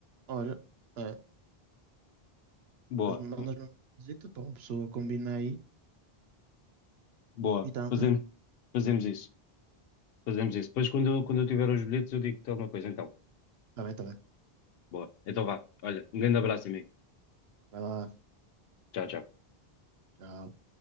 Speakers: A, on the right; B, on the left.
A: Olha, é,
B: Boa,
A: mas mandas-me uma visita para uma pessoa combina aí
B: boa.
A: e tá a andar.
B: Fazemos, fazemos isso. Fazemos isso. Depois, quando eu, quando eu tiver os bilhetes, eu digo-te alguma coisa. Então,
A: Tá bem, tá bem.
B: boa. Então vá. Olha, um grande abraço, amigo.
A: Vai lá,
B: Tchau, tchau.
A: tchau.